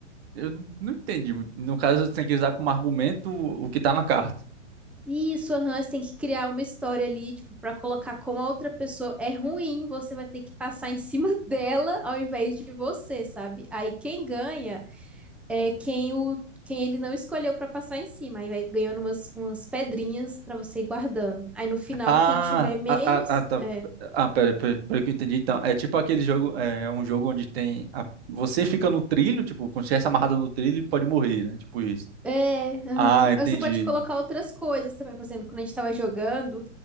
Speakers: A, on the right; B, in the centre.
A: Eu n- não entendi. muito. No caso, você tem que usar como argumento o o que tá na carta.
B: Isso, aham, você tem que criar uma história ali, tipo, pra colocar como a outra pessoa é ruim, você vai ter que passar em cima <laughs> dela ao invés de você, sabe? Aí quem ganha é quem o quem ele não escolheu para passar em cima. Aí vai ganhando umas, umas pedrinhas para você ir guardando. Aí no final,
A: Ah,
B: quem tiver menos,
A: ah, ah, ah, tá.
B: é.
A: Ah, pera, pera, pera que eu entendi. Então, é tipo aquele jogo. É é um jogo onde tem. a- Você fica no trilho, tipo, quando estivesse amarrado no trilho, pode morrer, né? Tipo isso.
B: É, aham.
A: Ah, entendi.
B: Aí você pode colocar outras coisas também. Por exemplo, quando a gente tava jogando,